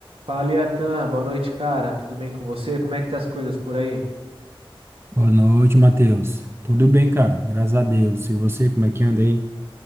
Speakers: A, on the right; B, on the right.
A: Fala, Iatan. Boa noite, cara. Tudo bem com você? Como é que tá as coisas por aí?
B: Boa noite, Matheus. Tudo bem, cara? Graças a Deus. E você, como é que anda aí?